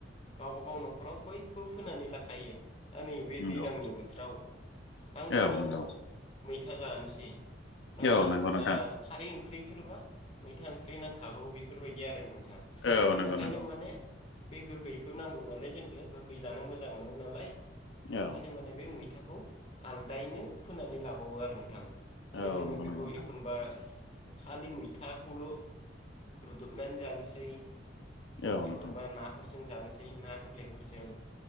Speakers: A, on the left; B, on the left.
A: गावबाागाव न'खराव बयबो फोनानै लाखायो दा नैबे
B: नंगौ
A: दैज्लांनि बोथोराव बांसिनानो
B: औ नंगौ
A: मैथा जानोसै माने
B: औ नंगौ नोंथां
A: ओ खारै ओंख्रिफोरबा मैथा ओंख्रि नांखागौ बेफोरबायदि आरो नोंथां
B: औ
A: बेनि
B: नंगौ
A: थाखायनो
B: नंगौ
A: माने बे गोखैखौ नांगौ नालाय जोंनो गोखै जानो मोजां मोनो नालाय ओंखायनो
B: औ
A: माने बे मैथा खौ आलदायैनो फोनानै लाबावो आरो नोंथां माने
B: औ
A: जोङो
B: नंगौ
A: बेखौ
B: नंगौ नोंथां
A: एखनबा खालि मैथाखौल' रुदबनानै जानोसै
B: औ
A: एखनबा
B: नोंथां
A: नाफोरजों जानोसै ना गोरलैफोरजों